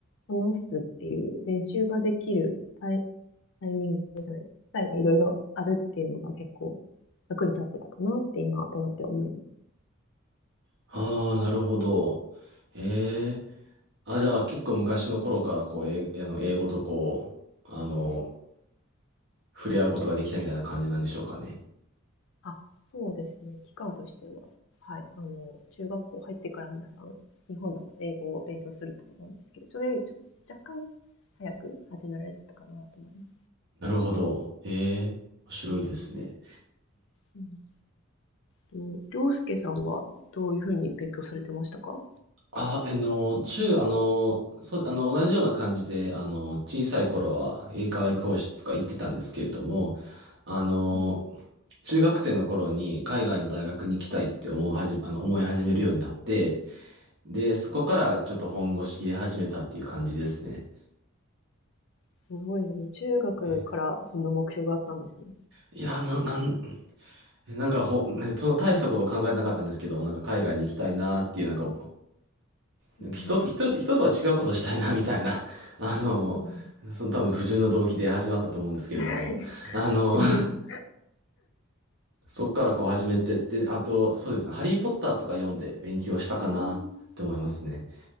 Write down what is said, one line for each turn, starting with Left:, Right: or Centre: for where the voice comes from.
Left: 話すっていう練習ができるタイ、タイミングじゃない、機会がいろいろあるっていうのが結構役に立ってたかなって今となって思います。
Right: ああ、なるほど。ええ。あ、じゃあ結構昔の頃からこう、え、あの、英語とこう、あの、触れ合うことができたみたいな感じなんでしょうかね。
Left: あ、そうですね。期間としては、はい、あの、中学校入ってから皆さん日本だと英語を勉強すると思うんですけど、それよりちょ若干早く始められてたかなと思います。
Right: なるほど。ええ、面白いですね。
Left: うんうんと、りょうすけさんはどういうふうに勉強されてましたか
Right: あ、あの、中、あの、そう、あの、同じような感じで、あの、小さい頃は英会話教室とか行ってたんですけれども、あの、
Left: うん
Right: 中学生の頃に海外の大学に行きたいって思うはじ、あの、思い始めるようになって、で、そこからちょっと本腰入れ始めたっていう感じですね。
Left: すごいね。中学からそんな目標があったんですね。
Right: えいや、な、なん、なんかほ、ねその大したこと考えてなかったんですけども、なんか海外に行きたいなっていう、なんか
Left: うん
Right: なんか人と、人と、人とは違うことをしたいな、みたいな、<laughs> あの、
Left: はい
Right: その多分不純な動機で始まったと思うんですけれども、
Left: <laughs>
Right: あの、
Left: 全然。
Right: <laughs> そっからこう始めてって、あと、そうですね、ハリーポッターとか読んで勉強したかなって思いますね。
Left: うん。